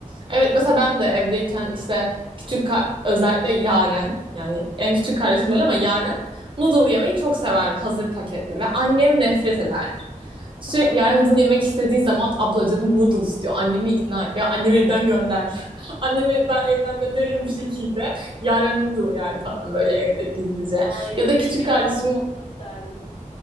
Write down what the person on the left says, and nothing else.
<laughs>
ay
senin
gibi
ablam olsun isterdim